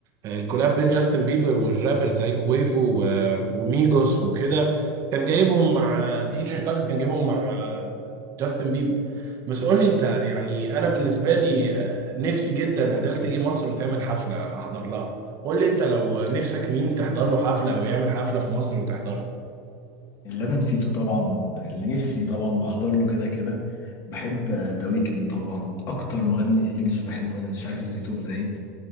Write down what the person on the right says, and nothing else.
آه، الكولاب بين جاستن بيبر والرابر زي كويفو و- وميجوس وكده كان جايبهم مع دي جي خالد كان جايبهم مع آه، جاستن بيبر بس قول لي انت يعني انا بالنسبه لي آه، نفسي جدا اديل تيجي مصر وتعمل حفله احضر لها قول لي انت لو نفسك مين تحضر له حفله او يعمل حفله في مصر وتحضرها